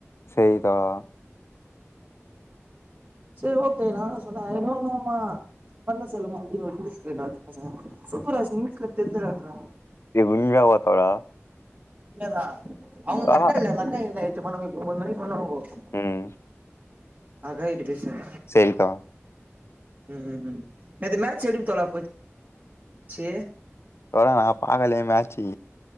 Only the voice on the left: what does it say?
சேரி தோழா
எ உண்மயாவா தோழா
தோழா
ம்
சேரிக்கா
தோழா நா பாகலயே மேச்சு